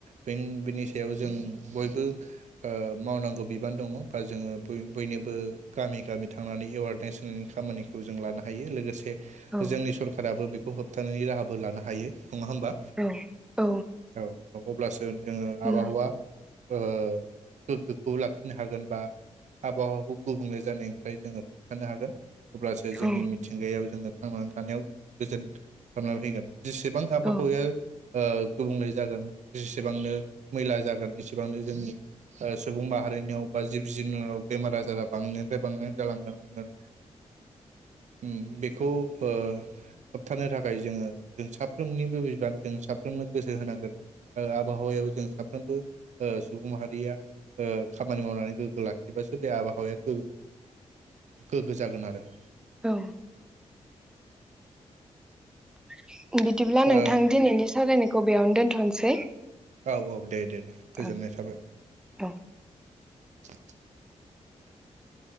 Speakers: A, on the right; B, in the centre.
A: बेन बेनि सायाव जों बयबो ओ मावनांगौ बिबान दङ। बा जोङो बय-बयनोबो गामि गामि थांनानै एवारनेस हो खामानिखौ जों लानो हायो लोगोसे
B: औ
A: जोंनि सरखाराबो बेखौ होबथानायनि राहा बो लानो हायो। नङा होमबा
B: औ औ
A: औ। औ अब्लास गो जोङो आबाहुवा
B: उम,
A: ओ गोगो खौ लाखिनो हागोन बा आबहुखौ गुबुंले जानायनिफ्राय जोङो होबथानो हागोन। अब्लासो जोंनि
B: औ
A: मिथिंगायाव जोङो‌। थांनानै थानायाव गोजोन खालामना फैगोन। जेसेबां आबाहुया
B: औ
A: ओ गुबुंले जागोन जेसेबांनो मैला जागोन एसे सेबांनो जोंनि सुबुं माहारिनियाव बा जिब जुनयाव बेमार आजारा बांनायनिफ्राय बां <unintelligible> बेखौ होबथानो थाखाय जोङो जों साफ्रोमनिबो बिबान जों साफ्रोमनो गोसो होनांगोन आरो आबहावायाव जों साफ्रोमबो। ओ सुबुं माहारिया ओ खामानि मावनानै गोग्गो लाखिबासो बे आबहावाया गो गोग्गो जागोन आरो। <inaudible>
B: औ <inaudible> बिदिब्ला नोंथां
A: ओ
B: दिनैनि सावरायनायखौ। खौ बेयावनो दोनथनोसै।
A: औ औ दे दे। दे गोजोननाय
B: औ
A: थाबाय।
B: औ
A: <inaudible>